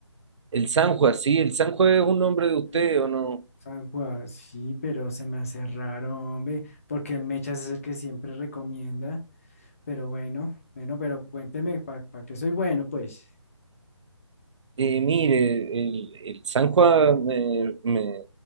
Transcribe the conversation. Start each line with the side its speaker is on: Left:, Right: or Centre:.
Right: El Sanjua, sí, el
Left: Mm.
Right: Sanjua es un nombre de usted,
Left: Sí,
Right: ¿o no?
Left: San Juan, sí, pero se me hace raro, hombre, porque el Mechas es el que siempre recomienda. Pero bueno, bueno, pero cuénteme, ¿para qué soy bueno, pues?
Right: Eh, mire, el, el Sanjua me, me